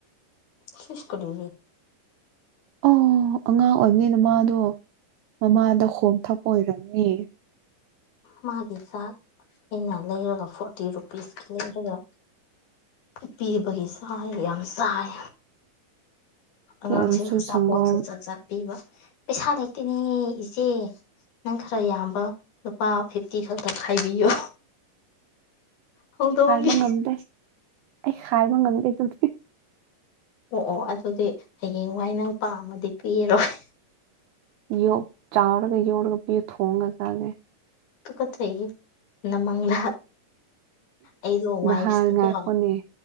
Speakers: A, on the left; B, on the right.
A: ꯁꯨꯁꯀꯔꯤ
B: ꯑꯣ ꯑꯉꯥꯡ ꯑꯣꯏꯕꯅꯤꯅ ꯃꯥꯗꯣ ꯃꯃꯥꯗ ꯍꯣꯝ ꯊꯛꯄ ꯑꯣꯏꯔꯝꯅꯦ
A: ꯃꯥꯒꯤꯦ ꯆꯥꯛ ꯑꯩꯅ ꯂꯩꯔꯒ ꯐꯣꯔꯇꯤ ꯔꯨꯄꯤꯁꯀꯤ ꯂꯩꯔꯒ ꯄꯤꯕꯒꯤ ꯆꯥꯏ ꯌꯥꯝ ꯆꯥꯏ
B: ꯑꯗꯨ
A: ꯑꯉꯥꯡꯁꯤꯡꯅ
B: ꯑꯣꯏꯔꯁꯨ
A: ꯑꯆꯥꯄꯣꯠꯁꯨ
B: ꯁꯪꯒꯣꯝ
A: ꯆꯆꯥ ꯆꯥꯠ ꯄꯤꯕ ꯄꯩꯁꯥ ꯂꯩꯇꯦꯅꯦ ꯁꯦ ꯅꯪ ꯈꯔ ꯌꯥꯝꯕ ꯂꯨꯄꯥ ꯐꯤꯐꯇꯤ ꯈꯛꯇ ꯈꯥꯏꯕꯤꯌꯣ ꯍꯧꯗꯣꯡꯒꯤ
B: ꯍꯥꯏꯕ ꯉꯝꯗꯦ ꯑꯩ ꯍꯥꯏꯕ ꯉꯝꯗꯦ ꯑꯗꯨꯗꯤ
A: ꯑꯣ ꯑꯣ ꯑꯗꯨꯗꯤ ꯍꯌꯦꯡꯋꯥꯏ ꯅꯪ ꯄꯥꯝꯃꯗꯤ ꯄꯤꯔꯣꯏ
B: ꯌꯣꯛ ꯆꯥꯎꯔꯒ ꯌꯧꯔꯒ ꯄꯤꯌ ꯊꯣꯡꯉ ꯆꯥꯒꯦ
A: ꯀꯊ ꯆꯍꯤꯦ ꯅꯃꯪꯗ ꯑꯩꯗꯣ ꯋꯥꯏꯐꯁꯅꯀꯣ
B: ꯅꯍꯥꯟ ꯉꯥꯏꯈꯣꯅꯦ